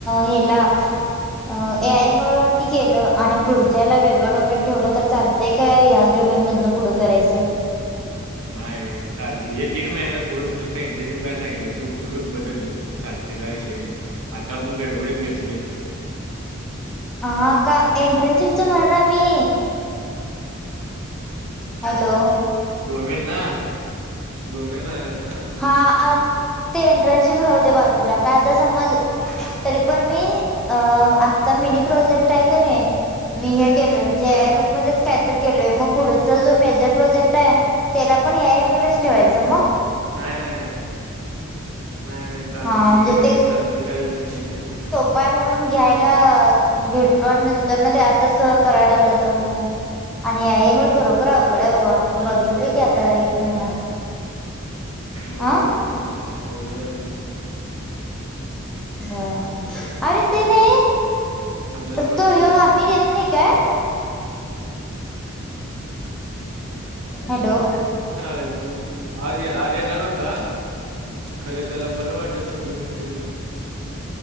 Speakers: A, in the centre; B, on the right (about 85°).
A: हेला अ ए आयम वरती केलं आणि पुढच्याला वेगळंओमेन ठेवलं तर चाल ते काय ह्याच डोमेनमधनं पुढं करायचं?
B: नाही चालत हे तीन महिन्याचा कोर्स नुसता इंटरनशिप कराय सांगितलंय तू फुढं बदललीत. चालते का इषय नाही, आता आपण गडबडीत घेतलय.
A: हा का? एट्रनसशिप म्हणना मी. हॅलो
B: डोमेन ना? डोमेन म्हणालीयास ना?
A: हा ते एंटरनशिप राहुदे बाजूला, काय आता समज. तरी पण मी अ आता मिनी प्रोजेक्ट आहे का नाही. मी हे केलय म्हणजे एय एम एल मध्येच काय तर केलोय, मग पुढेचा जो मेजर प्रोजेक्ट आहे त्याला पण एय एम एलच ठेवायचं मग?
B: नाही नाही नाही नाही चाल
A: हा
B: दुसरी
A: म्हणजे
B: घेतलीच चालते काय विषय नाही तेच्यात.
A: पाय म्हणून घ्यायला घेतलो आणि नंतर ना ते आता सह करायला लागलं तर मग. आणि एम ऐल खरोखर अवघड आहे बाबा
B: नाही
A: बघितले
B: नाही असं
A: की आता
B: कसं
A: एक महिना
B: लय
A: अ
B: लय अवघड म्हणजे
A: हो अरे ते नाही
B: आपल्याला वाटायला
A: तो यो
B: तर सोपं
A: आमिर
B: आहे
A: येत नाही काय? हॅलो.
B: <unintelligible> आ आज येणार होता. खरं त्याला बरं वाटत नव्हतं म्हणून गेलं.